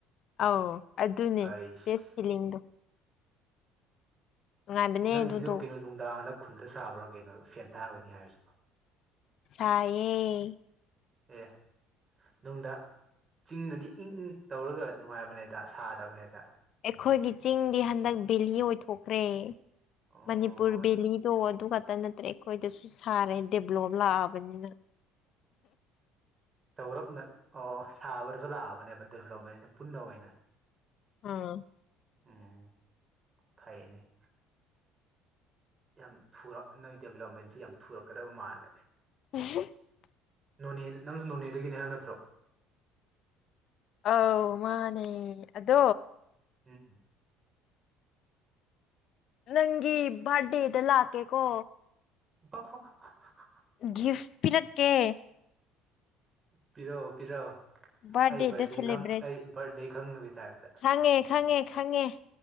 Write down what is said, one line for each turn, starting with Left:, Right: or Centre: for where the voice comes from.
Left: ꯑꯥꯎ ꯑꯗꯨꯅꯦ
Right: ꯑꯩꯁ
Left: ꯕꯦꯁꯇ ꯐꯤꯂꯤꯡꯗꯣ ꯅꯨꯡꯉꯥꯏꯕꯅꯦ
Right: ꯅꯪꯁꯤꯗꯤꯕꯨ
Left: ꯑꯗꯨꯗꯣ
Right: ꯀꯩꯅꯣ ꯅꯨꯡꯗꯥꯡꯗ ꯈꯨꯟꯗ ꯁꯥꯕ꯭ꯔꯥ ꯀꯩꯅꯣ ꯐꯦꯟ ꯊꯥꯒꯅꯤ ꯍꯥꯏꯔꯤꯁꯤꯕ
Left: ꯁꯌꯦꯌꯦ
Right: ꯑꯦ ꯅꯨꯡꯗ ꯆꯤꯡꯗꯗꯤ ꯏꯪ ꯏꯪ ꯇꯧꯔꯒ ꯅꯨꯡꯉꯥꯏꯕꯅꯦꯗ ꯁꯥꯗꯕꯅꯦꯗ
Left: ꯑꯦꯈꯣꯏꯒꯤ ꯆꯤꯡꯗꯤ ꯍꯟꯗꯛ ꯕꯦꯂꯤ ꯑꯣꯏꯊꯣꯛꯈ꯭ꯔꯦ
Right: ꯑꯣ
Left: ꯃꯅꯤꯄꯨꯔ ꯕꯤꯂꯤꯗꯣ ꯑꯗꯨ ꯇ ꯅꯠꯇ꯭ꯔꯦ ꯑꯩꯈꯣꯏꯗꯁꯨ ꯁꯥꯔꯦ ꯗꯦꯚꯂꯣꯞ ꯂꯥꯛꯑꯕꯅꯤꯅ
Right: ꯆꯥꯎꯧꯔꯞꯅ ꯑꯣ ꯑꯣ ꯁꯥꯕꯗꯁꯨ ꯂꯥꯛꯑꯕꯅꯦꯕ ꯗꯦꯕꯂꯞꯃꯦꯟꯁꯦ ꯄꯨꯟꯅ ꯑꯣꯏꯅ
Left: ꯑꯥ
Right: ꯎꯝ ꯐꯩꯅꯦ ꯌꯥꯝ ꯊꯨꯔꯛ ꯅꯣꯏ ꯗꯦꯕꯂꯞꯃꯦꯟꯁꯤꯦ ꯌꯥꯝ ꯊꯨꯔꯛꯀꯗꯕ ꯃꯥꯜꯂꯦ
Left: <unintelligible>
Right: ꯅꯣꯅꯦ ꯅꯪꯁꯨ ꯅꯣꯅꯦꯗꯒꯤꯅꯦ ꯍꯥꯏꯕ ꯅꯠꯇ꯭ꯔꯣ
Left: ꯑꯥꯎ ꯃꯥꯅꯦ ꯑꯗꯣ
Right: ꯎꯝ
Left: ꯅꯪꯒꯤ ꯕꯥꯔꯗꯦꯗ ꯂꯥꯛꯀꯦ ꯀꯣ
Right: <inaudible>
Left: ꯒꯤꯐ ꯄꯤꯔꯛꯀꯦ
Right: ꯄꯤꯔꯣ ꯄꯤꯔꯣ
Left: ꯕꯥꯔꯗꯦꯗ
Right: ꯑꯩ ꯕꯥꯔꯗꯦ
Left: ꯁꯦꯂꯦꯕ꯭ꯔꯦꯠ
Right: ꯈꯪ ꯑꯩ ꯕꯥꯔꯗꯦ ꯈꯪꯅꯕꯤ ꯇꯥꯏꯞ
Left: ꯈꯪꯉꯦ ꯈꯪꯉꯦ ꯈꯪꯉꯦ ꯈꯪꯉꯦ